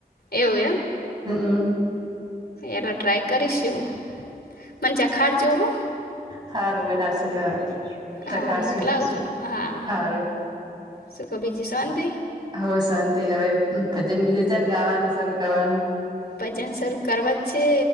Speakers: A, on the left (about 80°); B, on the right (about 25°).
A: એવું
B: હમમ
A: એલા ટ્રાય કરીશું મચખાડ જોવું
B: સારું બનાવશે તો ચખાડશું
A: હા મોકલાવજો હા
B: સારું
A: સુ કબીજી શંત
B: હો શાંતિ હવે ભજન બીજું ચાર ગાવાનું શરૂ કરવાનું
A: ભજન શરૂ કરવા જ છે